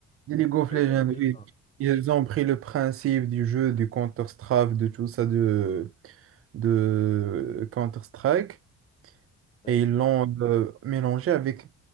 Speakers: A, on the right; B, on the left.
A: les
B: League
A: League
B: of
A: of
B: Legends,
A: Legends,
B: c'est
A: oui,
B: ça?
A: ils ont pris le principe du jeu, du Counter-Strike, de tout ça, de, de Counter-Strike.
B: Oui.
A: Et ils l'ont euh, mélangé avec